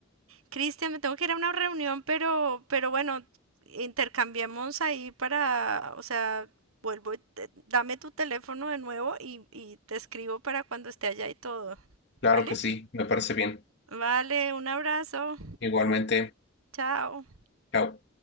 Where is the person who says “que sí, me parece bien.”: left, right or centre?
Left